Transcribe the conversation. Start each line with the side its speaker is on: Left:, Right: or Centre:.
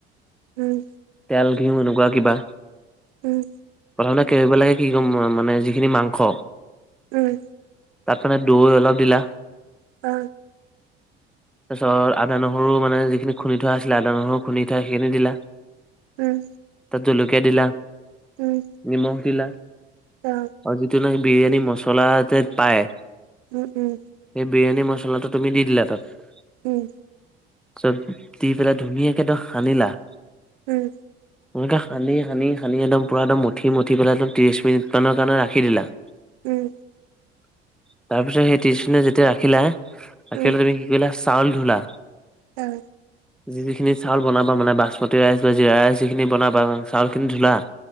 Right: উম।
Centre: তেল ঘিউ এনেকুৱা কিবা।
Right: উম।
Centre: প্ৰথমতে কি কৰিব লাগে কি ক'ম মানে যিখিনি মাংস
Right: উম।
Centre: তাত মানে দৈ অলপ দিলা।
Right: অ
Centre: তাৰ পিছত আদা নহৰু মানে যিখিনি খুন্দি থোৱা আছিলে আদা নহৰু খুন্দি থোৱা সেইখিনি দিলো।
Right: উম।
Centre: তাত জলকীয়া দিলা।
Right: উম।
Centre: নিমখ দিলা,
Right: অ
Centre: আৰু যিটো বিৰিয়ানী মচলা যে পায়।
Right: উম উম।
Centre: সেই বিৰিয়ানী মছলাটো তুমি দি দিলা তাত।
Right: উম।
Centre: তাৰ পিছত দি পেলাই ধুনীয়াকে সানিলা,
Right: উম।
Centre: এনেকৈ সানি সানি সানি একদম পূৰা একদম মঠি মঠি পেলাই একদম ত্ৰিছ মিনিটমানৰ কাৰণে ৰাখি দিলা।
Right: উম।
Centre: তাৰপিছত সেই তিষ্ণা যেতিয়া ৰাখিলা, ৰাখি
Right: উম
Centre: লৈ তুমি কি কৰিলা চাউল ধূলা।
Right: অঁ।
Centre: যি যিখিনি চাউল বনাব মানে বাচমতি ৰাইচ বা জিৰা ৰাইচ যিখিনি বনা বা চাউল খিনি ধুলা?